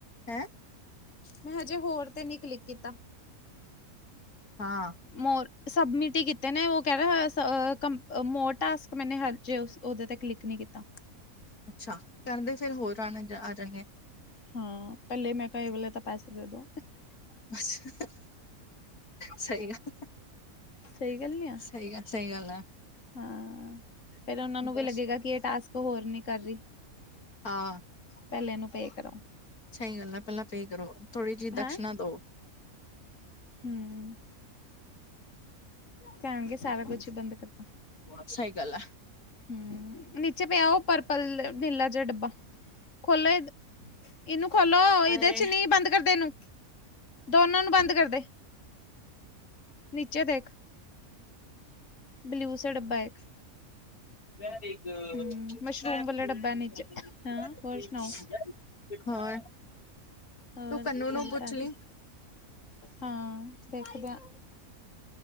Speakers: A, on the left (about 85°); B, on the left (about 55°).
A: ਹੈਂ <unintelligible>
B: ਮੈਂ ਹਜੇ ਹੋਰ ਤੇ ਨਹੀ ਕਲਿੱਕ ਕੀਤਾ
A: ਹਾਂ
B: ਮੋਰ ਸਬਮਿਟ ਕੀਤੇ ਨੇ ਉਹ ਕਹਿ ਮੋ ਟਸ ਮਨ ਹੇ ਉਹਦੇ ਤੇ ਕਲਿੱਕ ਨੀ ਕੀਤਾ
A: ਅੱਛਾ ਕਰਦੇ ਫਿਰ ਹੋਰ ਆ ਆ ਜਾਣਗੇ
B: ਹਾਂ ਪੱਲੇ ਮੈਂ ਘਏ ਵੇਲੇ ਤਾਂ ਪੈਸੇ ਦੇ ਦਉ
A: ਅੱਛ ਸਹੀ ਗੱਲ
B: ਸਹੀ ਗੱਲ ਨ ਆ
A: ਸਹੀ ਗੱਲ ਸਹੀ ਗੱਲ ਐ
B: ਹਾਂ ਫਿਰ ਉਹਨਾ ਨੂੰ
A: ਬਸ
B: ਵੀ ਲੱਗੇਗਾ ਕਿ ਇਹ ਟਾਸਕ ਹੋਰ ਨੀ ਕਰ ਰਹੀ
A: ਹਾਂ
B: ਪਹਿਲੇ ਏਨੂੰ ਪੇ ਕਰੋ
A: ਸਹੀ ਗੱਲ ਹੈ ਪਹਿਲਾਂ ਪੇ ਕਰੋ ਥੋੜ੍ਹੀ ਜਿਹੀ
B: ਹੈਂ
A: ਦਕਸ਼ਨਾ ਦੋ।
B: ਹਮ ਕਰਨਣਗੇ ਸਾਰਾ ਕੁਛ ਬੰਦ ਕਰਦਾ
A: ਸਹੀ ਗੱਲ
B: ਹਮ ਨੀਚੇ ਪਿਆ ਉਹ ਪਰਪਲ ਨੀਲਾ ਜਿਹਾ ਡੱਬਾ ਖੋਲੋ ਇਹਨੂੰ ਖੋਲੋ ਇਹਦੇ
A: ਐ
B: ਚ ਨੀ ਬੰਦ ਕਰਦੇ ਇਹਨੂੰ ਦੋਨਾਂ ਨੂੰ ਬੰਦ ਕਰਦੇ ਨੀਚੇ ਦੇਖ ਬਲਿਊ ਸ ਡੱਬਾ ਇੱਕ
A: <unintelligible>
B: ਹੂੰ ਮਸ਼ਰੂਮ ਵਾਲਾ ਡੱਬਾ ਨੀਚੇ ਹਾਂ ਹੋਰ ਸੁਣਾਓ
A: ਹੋਰ
B: ਹੋਰ
A: ਤੂੰ ਕੰਨੂੰ ਨੂੰ
B: ਨਵੀ
A: ਪੁੱਛ
B: ਤਾਜੀ
A: ਲਈ
B: ਹਾਂ ਦੇਖਦਆ